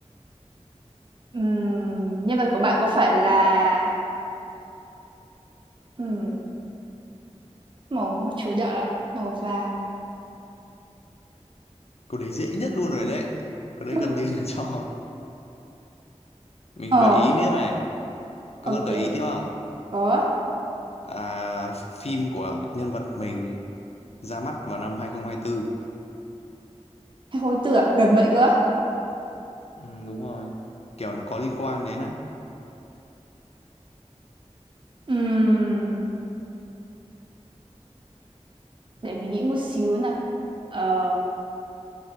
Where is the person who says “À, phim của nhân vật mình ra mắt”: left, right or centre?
Left